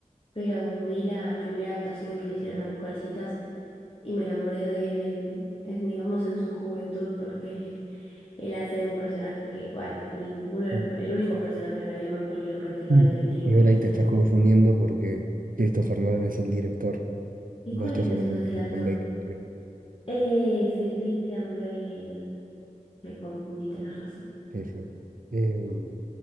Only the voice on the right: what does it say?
Claro.
Mm.
Igual ahí te estás confundiendo porque Christopher Nolan es el director.
Vos
estás
hablando de Christian
Bale, creo.
Sí, sí. Em,